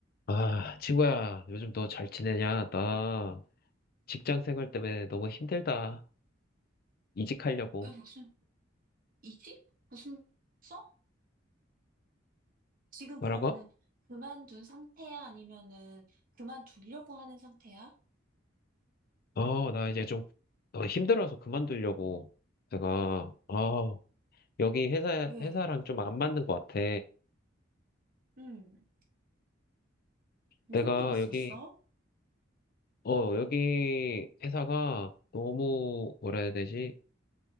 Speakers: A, on the left (about 50°); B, on the right (about 45°).
A: 아, 친구야, 요즘 너 잘 지내냐? 나 직장 생활 때문에 너무 힘들다. 이직하려고.
B: 왜 무슨 이직? 무슨 써? 지금
A: 뭐라고?
B: 그러면은 그만둔 상태야? 아니면은 그만두려고 하는 상태야?
A: 어, 나 이제 좀 어, 힘들어서 그만두려고. 내가, 아, 여기 회사,
B: 왜?
A: 회사랑 좀 안 맞는 것 같아.
B: 응, 무슨
A: 내가
B: 일 있었어?
A: 여기, 어, 여기 회사가 너무, 뭐라 해야 되지?